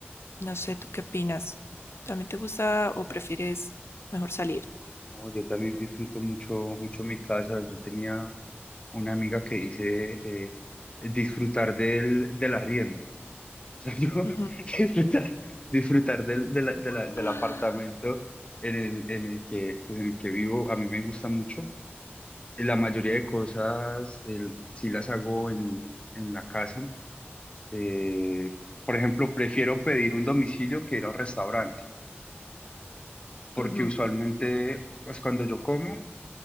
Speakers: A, on the left (about 80°); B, on the left (about 25°).
A: no sé, ¿tú qué opinas? ¿También te gusta o prefieres mejor salir?
B: No, yo también disfruto mucho, mucho mi casa. Yo tenía una amiga que dice eh, disfrutar del, del arriendo. O sea, yo
A: Ujú.
B: <laughs> disfrutar, disfrutar del, de la- de la- del
A: <gasps>
B: apartamento en el, en el que, pues en el que vivo, a mí me gusta mucho. La mayoría de cosas el, sí las hago en, en la casa. Eh, por ejemplo, prefiero pedir un domicilio que ir al restaurante, porque
A: Ujú.
B: usualmente, pues cuando yo como,